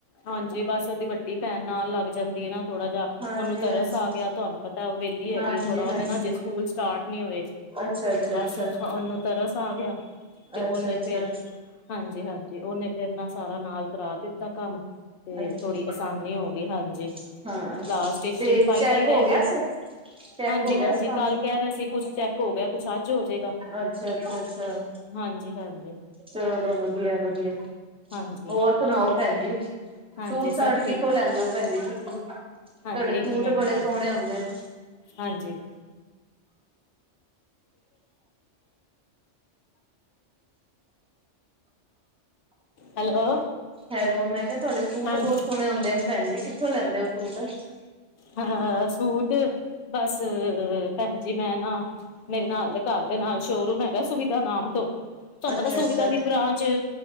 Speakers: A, on the left; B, in the centre.
A: ਹਾਂਜੀ। ਬਸ ਉਹਦੀ ਵੱਡੀ ਭੈਣ ਨਾਲ ਲੱਗ ਜਾਂਦੀ ਹੈ ਨਾ। ਥੋੜਾ ਜਾ
B: ਹਾਂਜੀ-ਹਾਂਜੀ,
A: ਉਹਨੂੰ ਤਰਸ ਆ ਗਿਆ ਤੁਹਾਨੂੰ ਪਤਾ ਉਹ ਵਿਹਲੀ ਹੈਗੀ
B: ਹਾਂਜੀ-ਹਾਂਜੀ,
A: ਹੈ। ਥੋੜਾ ਨੇ ਨਾ ਹਜੇ ਸਕੂਲ ਸਟਾਰਟ ਨੀ ਹੋਏ।
B: ਅੱਛਾ-ਅੱਛਾ-ਅੱਛਾ,
A: ਤੇ ਬਸ ਉਹਨੂੰ ਤਰਸ ਆ ਗਿਆ। ਤੇ ਉਹਨੇ
B: ਅੱਛਾ, ਅੱਛਾ।
A: ਫੇਰ ਹਾਂਜੀ, ਹਾਂਜੀ। ਉਹਨੇ ਫਿਰ ਨਾ ਸਾਰਾ ਨਾਲ ਕਰਾ ਦਿੱਤਾ ਕੰਮ। ਤੇ
B: ਅੱਛਾ
A: ਥੋੜ੍ਹੀ ਆਸਾਨੀ ਹੋ ਗਈ ਹਾਂਜੀ
B: ਅੱਛਾ ਹਾਂ
A: ਲਾਸਟ ਚ
B: ਤੇ
A: ਜਿਹੜੀ ਫਾਈਲ
B: ਚੈੱਕ
A: ਹੀ ਰਹਿ
B: ਹੋ
A: ਗਿਆ
B: ਸਰ ਚੈੱਕ
A: ਹਾਂਜੀ,
B: ਹੋ ਗਿਆ
A: ਹਾਂਜੀ।
B: ਸ ਕੰਮ
A: ਕੱਲ ਕਹਿ ਰਿਹਾ ਸੀ ਕੁਛ ਚੈੱਕ ਹੋ ਗਿਆ ਕੁਛ ਅੱਜ ਹੋ ਜਾਏਗਾ।
B: ਅੱਛਾ-ਅੱਛਾ-ਅੱਛਾ
A: ਹਾਂਜੀ, ਹਾਂਜੀ।
B: ਚਲੋ ਵਧੀਆ, ਵਧੀਆ
A: ਹਾਂਜੀ
B: ਹੋਰ ਸੁਣਾਓ ਭੈਣ ਜੀ।
A: ਹਾਂਜੀ
B: ਸੂਟ ਸਾਟ
A: ਸਭ ਠੀਕ
B: ਕਿੱਥੋਂ ਲੈਂਦੇ ਹੋ ਭੈਣ ਜੀ ਤੁਸੀਂ ਤੁਹਾਡੇ
A: ਹਾਂਜੀ ਇੱਕ
B: ਸੂਟ
A: ਮਿੰਟ
B: ਬੜੇ
A: ਭੈਣ
B: ਸੋਹਣੇ
A: ਜੀ,
B: ਹੁੰਦੇ ਨੇ
A: ਹਾਂਜੀ ਹੈਲੋ!
B: ਹੈਲੋ, 'ਮੈਂ ਕਿਹਾ ਤੁਹਾਡੇ ਸੂਟ
A: ਹਾਂ
B: ਬਹੁਤ ਸੋਹਣੇ ਹੋਂਦੇ ਨੇ, ਭੈਣ ਜੀ। ਕਿੱਥੋਂ ਲੈਂਦੇ ਹੋ ਸੂਟ?
A: ਹਾਂ ਸੂਟ ਬਸ ਭੈਣ ਜੀ, ਮੈਂ, ਨਾ ਮੇਰੇ ਨਾਲ ਦੇ ਘਰ ਦੇ ਨਾਲ ਸ਼ੋਰੂਮ ਹੈਗਾ ਸੁਵਿਧਾ ਨਾਮ ਤੋਂ। ਤੁਹਾਨੂੰ
B: ਅੱਛਾ
A: ਪਤਾ ਸੁਵਿਧਾ
B: ਅੱਛਾ
A: ਦੀ ਬ੍ਰਾਂਚ